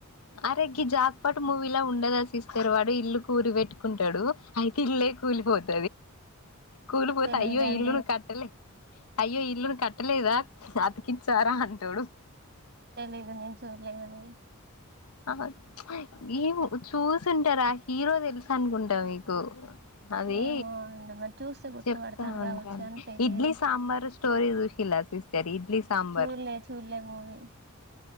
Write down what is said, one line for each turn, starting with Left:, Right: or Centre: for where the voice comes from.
Left: అరే గీ జాట్ పాటు మూవీలా ఉండ సిస్టర్ వాడు ఇల్లు కు ఊరి పెట్టుకుంటాడు అయితే ఇల్లే కోల్పోద్ది కూలిపోతది
Right: తెలీదండి
Left: అయ్యో ఇల్లు కట్టలే అయ్యో ఇల్లును కట్టలేదా అతికించారా అంటాడు
Right: తెలీదు నేను చూడలేదు అది
Left: ఆ ఏ చూసుంటారా హీరో తెలుసు అనుకుంటా మీకు అది
Right: ఏమో అండి మరి చూస్తే గుర్తుపడతాను
Left: చెప్తా ఉంటందీ
Right: కావచ్చు కాని తెలియదు
Left: ఇడ్లీ సాంబార్ స్టోరీ చూసిలా ఇడ్లీ సాంబార్
Right: చూడలే చూడలే మూవీ